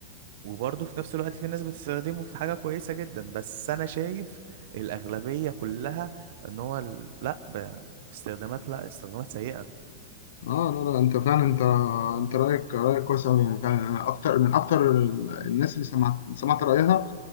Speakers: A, on the right (about 65°); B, on the left (about 75°).
A: وبرضه في نفس الوقت في ناس بتستخدمه في حاجة كويسة جدا بس انا شايف الأغلبية كلها ان هو ال- لا ب... استخدامات لا استخدامات سيئة
B: اه لا لا انت فعلا انت انت رايك رايك كويس قوي يعني فعلا انا اكتر من اكتر ال- الناس اللي سمعت سمعت رايها